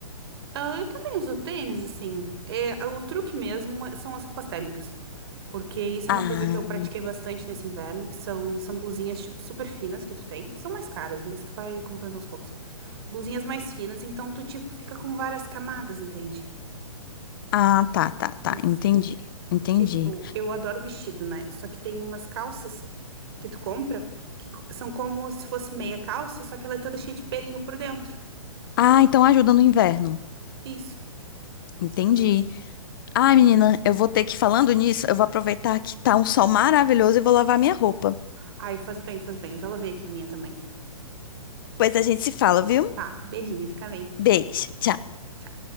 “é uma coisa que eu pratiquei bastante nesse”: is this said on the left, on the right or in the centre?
Right